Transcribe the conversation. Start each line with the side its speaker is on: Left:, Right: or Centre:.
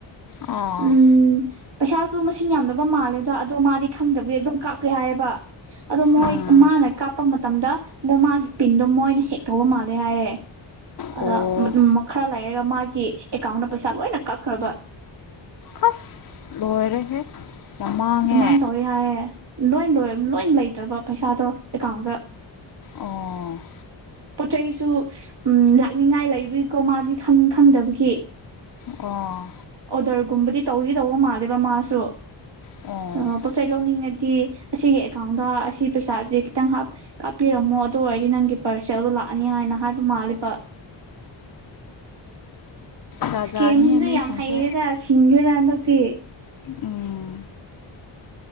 Left: ꯑꯣ
Right: ꯎꯝ ꯄꯩꯁꯥꯁꯨ ꯃꯁꯤꯡ ꯌꯥꯝꯗꯕ ꯃꯥꯜꯂꯦꯗ ꯑꯗꯣ ꯃꯥꯗꯤ ꯈꯪꯗꯕꯒꯤ ꯑꯗꯨꯝ ꯀꯥꯞꯄꯦ ꯍꯥꯏꯌꯦꯕ ꯑꯗꯣ ꯃꯣꯏ
Left: ꯎꯝ
Right: ꯃꯥꯅ ꯀꯥꯞꯄ ꯃꯥ ꯃꯇꯝꯗ ꯃꯥꯒꯤ ꯄꯤꯟꯗꯣ ꯃꯣꯏꯅ ꯍꯦꯛ ꯇꯧꯕ ꯃꯥꯜꯂꯦ ꯍꯥꯏꯌꯦ ꯑꯗ
Left: ꯑꯣ
Right: ꯈꯔ ꯂꯩꯔꯒ ꯃꯥꯒꯤ ꯑꯦꯀꯥꯎꯟꯗ ꯄꯩꯁꯥ ꯂꯣꯏꯅ ꯀꯥꯛꯈ꯭ꯔꯕ꯫
Left: ꯑꯥꯁ ꯂꯣꯏꯔꯦꯍꯦ꯫ ꯌꯥꯝ ꯃꯥꯡꯉꯦ
Right: ꯑꯗꯨꯃꯥꯏꯅ ꯇꯧꯋꯦ ꯍꯥꯏꯌꯦ ꯂꯣꯏ ꯂꯣꯏ ꯂꯣꯏ ꯂꯩꯇ꯭ꯔꯕ ꯄꯩꯁꯥꯗꯣ ꯑꯦꯀꯥꯎꯟꯗ꯫
Left: ꯑꯣ꯫
Right: ꯄꯣꯠ ꯆꯩꯁꯨ ꯎꯝ ꯂꯥꯛꯅꯤꯡꯉꯥꯏ ꯂꯩꯕꯒꯤꯀꯣ ꯃꯥꯗꯤ ꯈꯪ ꯈꯪꯗꯕꯒꯤ꯫
Left: ꯑꯣ꯫
Right: ꯑꯣꯗꯔꯒꯨꯝꯕꯗꯤ ꯇꯧꯗꯤ ꯇꯧꯕ ꯃꯥꯜꯂꯦꯕ ꯃꯥꯁꯨ
Left: ꯑꯣ
Right: <unintelligible> ꯁꯤ ꯂꯧꯅꯤꯡꯉꯗꯤ ꯑꯁꯤꯒꯤ ꯑꯦꯀꯥꯎꯟꯗ ꯑꯁꯤ ꯄꯩꯁꯥꯁꯦ ꯈꯤꯇꯪ ꯍꯥꯞ ꯀꯥꯞꯄꯤꯔꯝꯃꯣ ꯑꯗꯨ ꯑꯣꯏꯔꯗꯤ ꯅꯪꯒꯤ ꯄꯥꯔꯁꯦꯜꯗꯣ ꯂꯥꯛꯑꯅꯤ ꯍꯥꯏꯅ ꯍꯥꯏꯕ ꯃꯥꯜꯂꯦꯕ꯫
Left: ꯖꯥꯠ
Right: ꯏꯁꯀꯦꯝꯁꯤꯡꯁꯨ
Left: ꯖꯥꯠꯅꯤꯍꯦ ꯃꯤꯁꯤꯡꯁꯨ
Right: ꯌꯥꯝ ꯍꯩꯔꯦꯗ ꯁꯤꯡꯒꯦꯔ ꯍꯟꯗꯛꯇꯤ꯫
Left: ꯎꯝ꯫